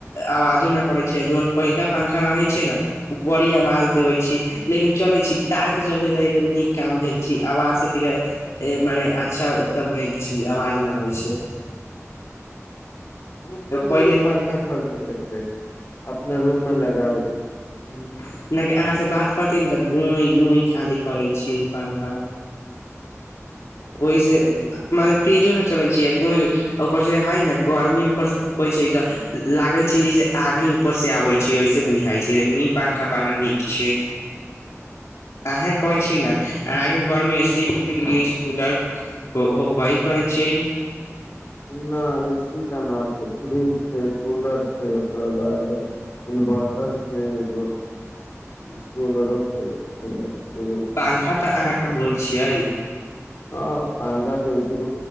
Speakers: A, on the left; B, on the left.
A: आवाजो नहि करै छै जन पहिलका पंखा रहै छै ने बड़ी आवाज देबै छै। लेकिन चलै छी तार के चलते त एगो नीक काम भेल छी आवाज त मने अच्छा तब भेल छी आवाज नहि अबै छी।
B: दु
A: पहिले
B: गो पंखा खरीदे के छै अपना रूम मे लगाबे के छै।
A: नहि कि अहाँ से बात करथिन त गूई गूई खाली करै छी पंखाबा। ओहि से
B: ह
A: मने तेजो ने। चलै छै गुइ आ ओहि पर से। है ने गर्मी ऊपर से फुकै छै त लागे छै जैे आगे ऊपर से आबै छै ऐसे बुझाइ छै लेकिन ई पंखा बड़ा नीक छै अहां कहै छै न अहाँके घर मे ए सी फ्रिज कूलर होबे करै छियै।
B: ना एसी त ना छै, फ्रीज छै, कुलर छै ओकरा बाद इन्वर्टर छै, सोलर छै। एगो
A: पंखा त अहाँके होय छियै।
B: हां पंखा त होइ छै